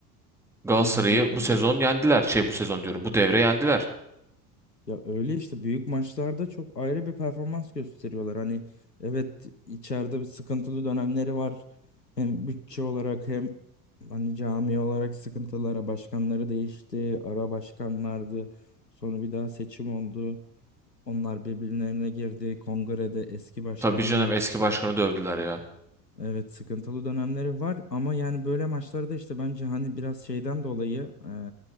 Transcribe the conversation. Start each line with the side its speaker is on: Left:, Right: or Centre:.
Centre: Galatasaray'ı
Left: bizi
Centre: bu
Left: yendi
Centre: sezon
Left: de.
Centre: yendiler. Şey bu sezon diyorum. Bu devre yendiler.
Left: Ya öyle işte büyük maçlarda çok ayrı bir performans gösteriyorlar. Hani evet içeride bir sıkıntılı dönemleri var. Hem bütçe olarak hem hani cami olarak sıkıntılara başkanları değişti. Ara başkanlardı. Sonra bir daha seçim oldu. Onlar birbirlerine girdi. Kongrede eski başkanla
Centre: Tabii canım eski başkanı dövdüler ya.
Left: evet sıkıntılı dönemleri var. Ama yani böyle maçlarda işte bence hani biraz şeyden dolayı eee,